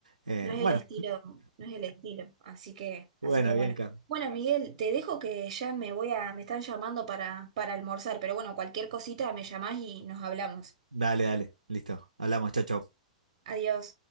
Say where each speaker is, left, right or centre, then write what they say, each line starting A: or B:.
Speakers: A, on the right; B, on the right.
A: Eh,
B: No es
A: bueno,
B: el estilo, no es el estilo, así que,
A: bueno,
B: así que
A: Bianca.
B: bueno. Bueno, Miguel, te dejo que ya me voy a, me están llamando para, para almorzar, pero bueno, cualquier cosita me llamás y nos hablamos.
A: Dale, dale. Listo. Hablamos, chau, chau.
B: Adiós.